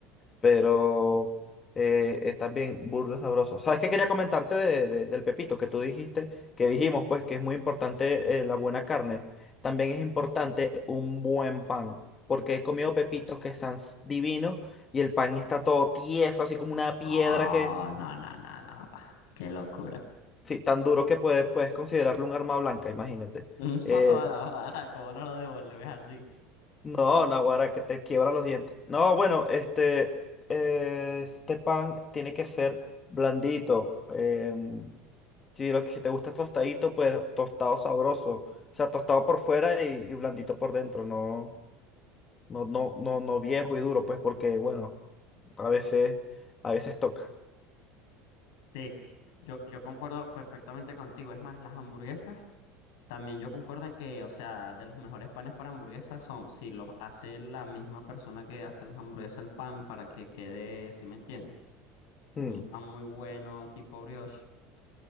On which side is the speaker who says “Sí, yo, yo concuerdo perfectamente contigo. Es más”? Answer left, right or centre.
Left